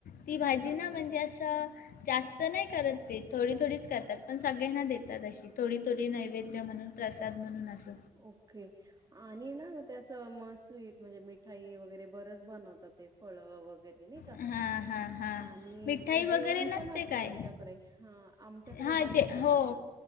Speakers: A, on the left; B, on the right.
A: ती भाजी
B: हा
A: ना म्हणजे
B: हा हा
A: असं जास्त नाही करत ते थोडी थोडीच करतात पण सगळ्यांना देतात अशी थोडी थोडी नैवेद्य म्हणून. प्रसाद म्हणून अस.
B: ओके आणि ना मग त्याच म स्वीट म्हणजे मिठाई वगैरे बरच बनवतात ते फळ वगैरे नाय का
A: हां हां हां
B: आणि
A: मिठाई
B: ते
A: वगैरे
B: जेवण
A: नसते
B: पण असत
A: काय
B: त्यांच्याकडे ह आमच्याकडे
A: हां
B: बनवतात
A: जे हो
B: असं